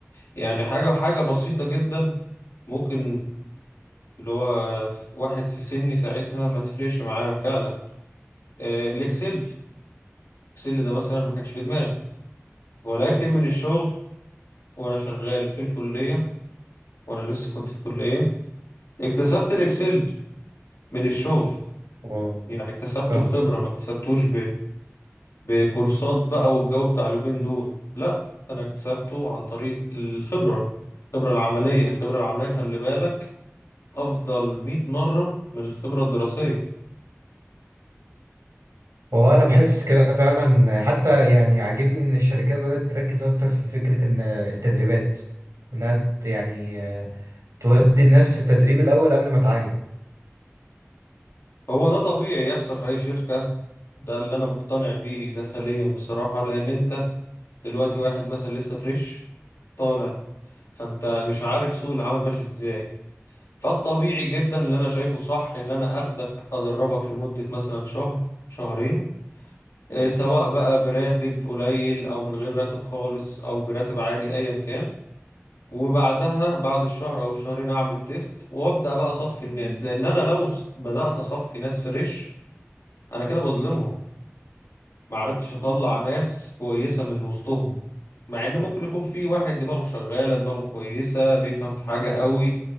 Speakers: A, on the left; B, on the right.
A: يعني حاجة حاجة بسيطة جدا ممكن اللي هو ف- واحد في سني ساعتها ما تفرقش معاه فعلا آه، الإكسل الإكسل ده مثلا ما كانش في دماغي ولكن من الشغل وأنا شغال في الكلية وأنا لسه كنت في الكلية اكتسبت الإكسل من الشغل
B: اه
A: يعني اكتسبته
B: فاهمك
A: بخبرة
B: اه.
A: ما اكتسبتوش بكورسات بقى والجو بتاع اليومين دول لا انا اكتسبته عن طريق الخبرة الخبرة العملية الخبرة العملية خلي بالك افضل 100 مرة من الخبرة الدراسية
B: هو انا بحس كده فعلا حتى يعني عاجبني ان الشركات بدأت تركز اكتر في فكرة ان التدريبات انها ت- يعني آه، تودي الناس في التدريب الاول قبل ما تعين
A: هو ده طبيعي يحصل في أي شركة ده اللي أنا مقتنع بيه ده حاليا بصراحة لأن أنت دلوقتي واحد مثلا لسه فريش طالع فأنت مش عارف سوق العمل ماشي إزاي فالطبيعي جدا اللي أنا شايفه صح إن أنا أخدك أدربك لمدة مثلا شهر شهرين آه، سواء بقى براتب قليل او من غير راتب خالص او براتب عادي ايا كان وبعدها بعد الشهر او الشهرين اعمل تيست وابدا بقى اصفي الناس لان انا لو ص- بدات اصفي ناس فريش انا كده بظلمهم ما عرفتش اطلع ناس كويسة من وسطهم مع ان ممكن يكون في واحد دماغه شغالة دماغه كويسة بيفهم في حاجة قوي